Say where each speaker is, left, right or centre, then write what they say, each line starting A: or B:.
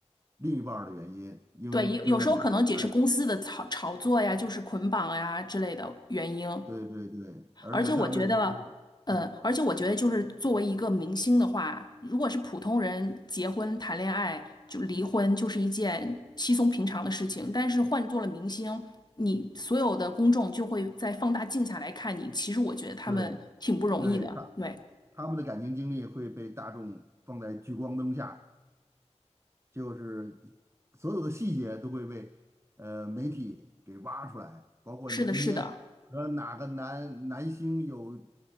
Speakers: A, on the right; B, on the left.
A: 另一半儿的原因，因为就像你说刚才
B: 对，有有时候可能也是公司的炒炒作呀，就是捆绑呀之类的原因。
A: 对对对，而且他们都，
B: 而且我觉得，呃，
A: 嗯，
B: 而且我觉得，就是作为一个明星的话，如果是普通人结婚、谈恋爱就离婚，就是一件稀松平常的事情。但是换做了明星，你所有的公众就会在放大镜下来看你。其实我觉得他们挺不容易的。
A: 对对，他
B: 对，
A: 他们的感情经历会被大众放在聚光灯下。就是所有的细节都会被呃媒体给挖出来，包括你今天和哪个男男星有
B: 是的，是的，